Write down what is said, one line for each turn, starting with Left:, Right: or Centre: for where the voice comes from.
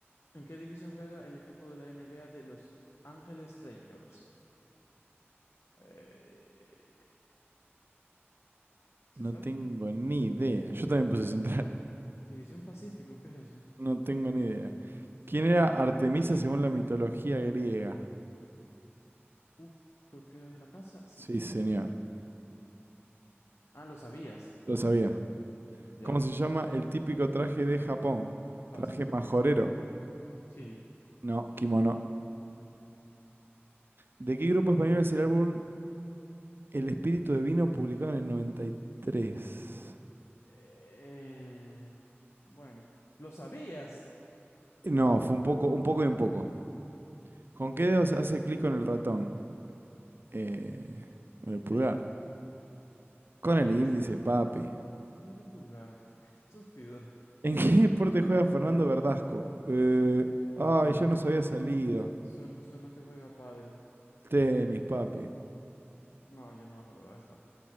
Left: ¿en qué división juega el equipo de la NBA de Los Ángeles Lakers? Eh, ¿Central?
Right: No tengo ni idea. Yo también puse central. <laughs>
Left: ¿División Pacífico? ¿Qué es eso?
Right: No tengo ni idea. ¿Quién era Artemisa según la mitología griega?
Left: Uf, creo que era de la casa. Sí.
Right: Sí, señor.
Left: Ah, lo sabías.
Right: Lo sabía.
Left: Ya,
Right: ¿Cómo se llama el típico traje de Japón?
Left: fácil.
Right: Traje majorero.
Left: Sí.
Right: No, kimono. ¿De qué grupo español es el álbum El espíritu de vino publicado en el 93?
Left: Eh, bueno, lo sabías.
Right: No, fue un poco, un poco y un poco. ¿Con qué dedos hace clic con el ratón? Eh, con el pulgar. Con
Left: Índice.
Right: el índice, papi.
Left: ¿Cómo que pulgar? <laughs> Estúpido.
Right: ¿En qué deporte juega Fernando Verdasco? Eh, ay, yo
Left: Su-
Right: no sabía salido.
Left: Suena, suena que juega pádel.
Right: Tenis, papi.
Left: No, yo no me acuerdo de esta.